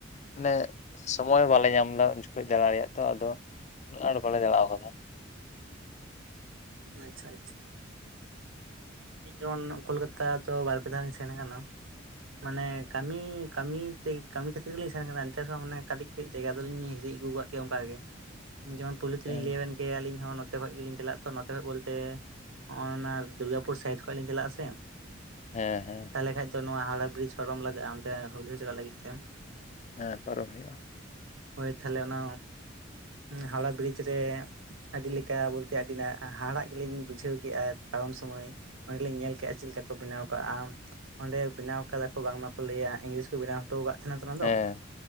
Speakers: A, on the left; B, on the right.
A: ᱢᱟᱱᱮ ᱥᱚᱢᱚᱭ ᱵᱟᱞᱮ ᱧᱟᱢ ᱞᱮᱫᱟ ᱩᱱ ᱡᱚᱠᱷᱚᱡ ᱫᱟᱬᱟ ᱨᱮᱭᱟᱜ ᱛᱚ, ᱟᱫᱚ ᱩᱱᱟᱹᱜ ᱟᱸᱴ ᱵᱟᱞᱮ ᱫᱟᱬᱟ ᱟᱠᱟᱫᱟ᱾
B: ᱟᱪᱪᱷᱟ - ᱟᱪᱪᱷᱟ ᱤᱧ ᱡᱮᱢᱚᱱ ᱠᱳᱞᱠᱟᱛᱟ ᱫᱚ ᱵᱟᱨ ᱯᱮ ᱫᱷᱟᱣ ᱞᱤᱧ ᱥᱮᱱ ᱟᱠᱟᱱᱟ᱾ ᱢᱟᱱᱮ ᱠᱟᱹᱢᱤ ᱠᱟᱹᱢᱤ ᱛᱮ ᱠᱟᱹᱢᱤ ᱠᱷᱟᱹᱛᱤᱨ ᱜᱮᱞᱤᱧ ᱥᱮᱱ ᱠᱟᱱᱟ ᱮᱱᱛᱮ ᱨᱮᱦᱚᱸ ᱢᱟᱱᱮ ᱠᱟᱹᱴᱤᱡ ᱠᱟᱹᱡ ᱡᱟᱭᱜᱟ ᱫᱚᱞᱤᱧ ᱦᱤᱨᱤ ᱟᱹᱜᱩ ᱟᱠᱟᱫ ᱠᱮᱭᱟ ᱚᱱᱠᱟ ᱜᱮ᱾ ᱡᱮᱢᱚᱱ ᱯᱩᱭᱞᱩ ᱛᱤ
A: ᱦᱮᱸ
B: ᱞᱤᱧ ᱞᱟᱹᱭ ᱟᱹᱵᱤᱱ ᱜᱮᱭᱟ ᱟᱞᱤᱧ ᱦᱚᱸ, ᱚᱛᱮ ᱠᱷᱚᱱ ᱜᱮᱞᱤᱧ ᱪᱟᱞᱟᱜ ᱛᱚ᱾ ᱵᱚᱞᱛᱮ ᱱᱚᱜᱼᱚᱭ ᱚᱱᱟ ᱫᱩᱨᱜᱟᱯᱩᱨ ᱥᱟᱭᱤᱰ ᱠᱷᱚᱡ ᱞᱤᱧ ᱪᱟᱞᱟᱜᱼᱟ ᱥᱮ
A: ᱦᱮᱸ ᱦᱮᱸ
B: ᱛᱟᱦᱚᱞᱮ ᱠᱷᱟᱱᱡ ᱫᱚ ᱱᱚᱣᱟ ᱦᱟᱣᱲᱟ ᱵᱨᱤᱡᱽ ᱯᱟᱨᱚᱢ ᱞᱟᱜᱟᱜᱼᱟ᱾ ᱚᱱᱛᱮ ᱦᱩᱜᱞᱤ ᱪᱟᱞᱟᱜ ᱞᱟᱹᱜᱤᱫ ᱛᱮ
A: ᱦᱮᱸ ᱯᱟᱨᱚᱢ ᱦᱩᱭᱩᱜᱼᱟ᱾
B: ᱦᱳᱭ ᱛᱟᱦᱚᱞᱮ ᱚᱱᱟ ᱦᱟᱣᱲᱟ ᱵᱨᱤᱡᱽ ᱨᱮ ᱟᱹᱰᱤ ᱞᱮᱠᱟ ᱵᱚᱞᱛᱮ ᱟᱹᱰᱤᱱᱟᱜ ᱦᱟᱦᱟᱲᱟᱜ ᱜᱮᱞᱤᱧ ᱵᱩᱡᱷᱟᱹᱣ ᱠᱮᱜᱼᱟ᱾ ᱯᱟᱨᱚᱢ ᱥᱚᱢᱚᱭ ᱚᱸᱰᱮ ᱞᱤᱧ ᱧᱮᱞ ᱠᱮᱜᱼᱟ, ᱪᱮᱫ ᱞᱮᱠᱟ ᱠᱚ ᱵᱮᱱᱟᱣ ᱠᱟᱜᱼᱟ᱾ ᱚᱸᱰᱮ ᱵᱮᱱᱟᱣ ᱟᱠᱟᱫᱟ ᱠᱚ ᱵᱟᱝᱢᱟᱠᱚ ᱞᱟᱹᱭᱟ ᱤᱝᱞᱤᱥ ᱵᱮᱱᱟᱣ ᱦᱚᱴᱚ ᱟᱠᱟᱫ ᱛᱟᱦᱮᱱᱟ ᱚᱱᱟ ᱫᱚ,
A: ᱦᱮᱸ